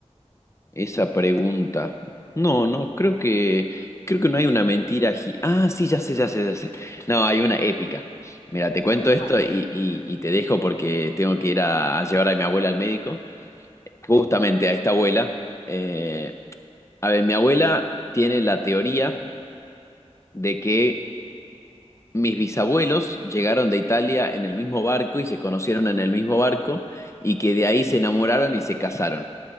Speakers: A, on the left; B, on the left.
A: esa pregunta. No, no, creo que, creo que no hay una mentira. gi- Ah, sí, ya sé, ya sé, ya sé. No, hay una épica. Mira, te cuento
B: A ver,
A: esto
B: ¿cuál?
A: y, y, y te dejo porque tengo que ir a a llevar a mi abuela al médico justamente a esta abuela. Eh, a ver, mi abuela tiene la teoría de que mis bisabuelos llegaron de Italia en el mismo barco y se conocieron en el mismo barco y que de ahí se enamoraron y se casaron.